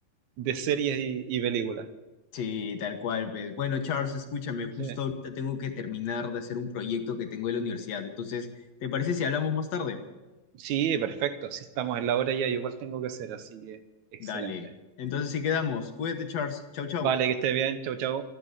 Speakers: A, on the right (about 70°); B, on the left (about 60°).
A: de series y, y películas.
B: Sí, tal cual, pues. Bueno, Charles, escúchame, justo
A: Sí.
B: ahorita tengo que terminar de hacer un proyecto que tengo en la universidad. Entonces, ¿te parece si hablamos más tarde?
A: Sí, perfecto, si estamos en la hora ya, igual tengo que hacer, así que excelente.
B: Dale. Entonces sí quedamos. Cuídate, Charles. Chau, chau.
A: Vale, que estés bien, chau, chau.